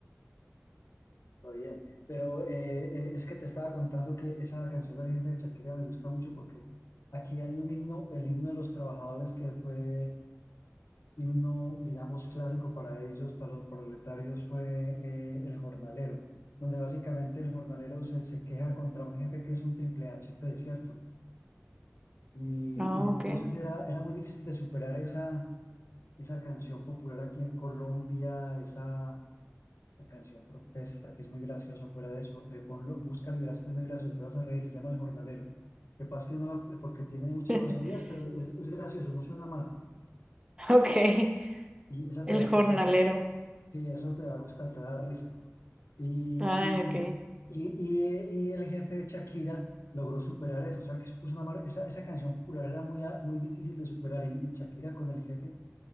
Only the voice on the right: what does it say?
Ah,
ok.
<laughs>
Ok,
el
jornalero.
Ah,
ok.